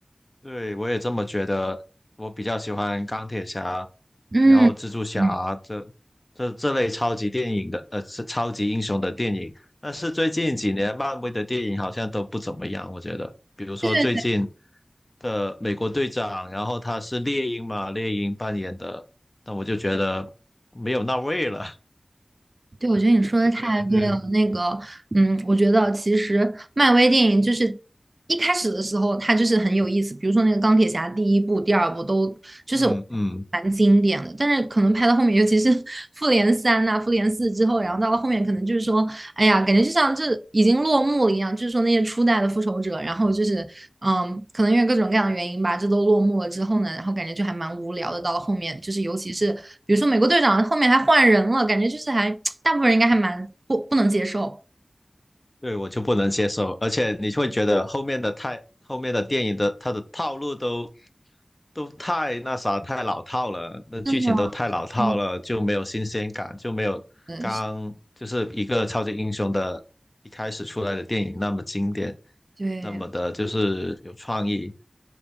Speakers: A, on the left (about 35°); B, on the right (about 50°).
A: 对，我也这么觉得。我比较喜欢钢铁侠，
B: 嗯。
A: 然后蜘蛛侠这
B: 嗯
A: 这这类超级电影的，呃，是超级英雄的电影。但是最近几年漫威的电影好像都不怎么样，我觉得。比如说最近
B: 对
A: 的美国队长，然后他是猎鹰嘛，猎鹰扮演的，但我就觉得没有那味了。
B: 对，我觉得你说的太对了。
A: <laughs>
B: 那个，嗯，我觉得其实漫威电影就是一开始的时候，它就是很有意思。比如说那个钢铁侠第一部、第二部都就是
A: 嗯嗯。
B: 蛮经典的，但是可能拍到后面，尤其是 <laughs> 复联三呐、复联四之后，然后到了后面，可能就是说哎呀，感觉就像这已经落幕了一样，就是说那些初代的复仇者，然后就是，嗯，可能因为各种各样的原因吧，这都落幕了之后呢，然后感觉就还蛮无聊的。到了后面，就是尤其是比如说美国队长后面还换人了，感觉就是还 <tsk> 大部分人应该还蛮不不能接受。
A: 对，我就不能接受，而且你会觉得后面的太后面的电影的它的套路都都太那啥太老套了，那剧情都太老套了，
B: 是的，嗯，
A: 就没有新鲜感，就没有刚就是一个超级英雄的一开始出来的电影那么经典。
B: 嗯，对
A: 那么的，就是有创意。